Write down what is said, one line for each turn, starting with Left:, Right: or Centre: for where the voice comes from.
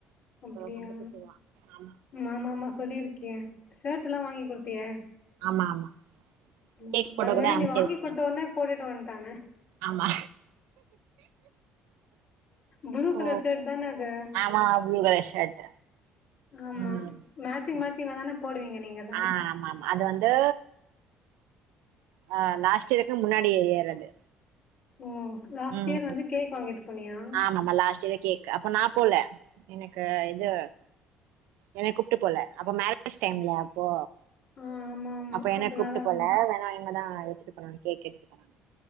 Left: அப்டியா
Right: கண்டுபுடிச்சிருவா ஆமா
Left: மாமாமாமா சொல்லிருக் ஏ ஷர்ட் எல்லாம் வாங்கி் குடுத்தியே
Right: ஆமா ஆமா ஆமா
Left: ம்
Right: கேக்
Left: ம்
Right: போட்டோ
Left: அது
Right: கூட
Left: வேற
Right: அம்ச்சிருக்கேனே
Left: நீ வாங்கி குடுத்த உடனே போட்டுட்டு வன்ட்டானே
Right: ஆமா
Left: ப்ளு கலர்
Right: ஓ
Left: ஷர்ட்தான அது
Right: ஆமா ப்ளூ கலர் ஷர்ட்
Left: ஆமா
Right: ம்
Left: மேச்சிங்
Right: ஆமா
Left: மேச்சிங்கதான போடுவீங்க நீங்கதா
Right: ஆ ஆமா ஆமா அது வந்து ஆ லாஸ்ட் இயருக்கு முன்னாடி இயர் அது
Left: ஓ லாஸ்ட்
Right: ம்
Left: இயர் வந்து கேக் வாங்கிட்டு போனியா
Right: ஆமாமா லாஸ்ட் இயர் கேக் அப்போ நா போல எனக்கு இது என்ன கூப்பிட்டு போல அப்ப மேரேஜ் டைம்ல அப்போ
Left: ஆ ஆமாமா.
Right: அப்ப என்ன
Left: அதனால
Right: கூப்ட்டு போல
Left: வந்து
Right: வேணா இங்கதா எடுத்துட்டு போனாங்க கேக் எடுத்து போனாங்க